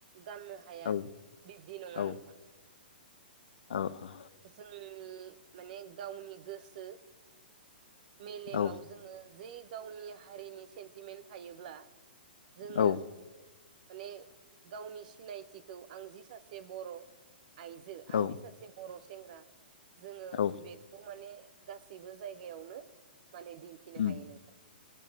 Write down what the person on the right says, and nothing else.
गाननो हाया
बिब्दि नङा
नोंथां।
जोंनि माने गावनि गोसो। मेलेमाव
जोङो। जि गावनि हारिनि सेन्टिमेन्ट थायोब्ला। जोङो।
माने गावनि सिनायथिखौ आं दि सासे बर'। आइजो आंनि
सासे। बर' सेंग्रा। जोङो
बेखौ माने। गासैबो जायगायावनो। माने दिन्थिनो
हायो नोंथां।